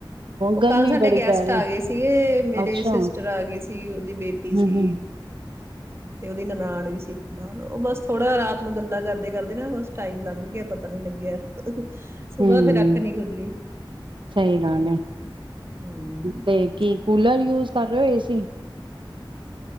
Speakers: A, on the right; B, on the right.
A: ਉਹ
B: ਗਰਮੀ
A: ਕੱਲ ਸਾਡੇ
B: ਬੜੀ
A: ਗੈਸਟ
B: ਪੈ ਰਹੀ
A: ਆ ਗਏ ਸੀਗੇ, ਮੇਰੇ
B: ਅੱਛਾ
A: ਸਿਸਟਰ
B: ਹਮ
A: ਆ ਗਈ ਸੀ, ਉਹਦੀ ਬੇਟੀ
B: ਹਮ
A: ਸੀ ਤੇ ਉਹਦੀ ਨਨਾਣ ਵੀ ਸਿੱਖਨਾ ਉਹ ਬਸ ਥੋੜਾ ਰਾਤ ਨੂੰ ਗੱਲਾਂ ਕਰਦੇ ਕਰਦੇ ਨਾ ਬਸ ਟਾਈਮ ਲੰਘ ਗਿਆ ਪਤਾ ਨੀ ਲੱਗਿਆ ਸੁਬਾਹ
B: ਹਮ,
A: ਫੇਰ ਅੱਖ ਨੀ ਖੁੱਲੀ
B: ਸਹੀ ਗੱਲ ਹੈ
A: ਹਮ
B: ਤੇ ਕੀ ਕੂਲਰ ਯੂਜ ਕਰ ਰਹੇ ਓ ਸੀ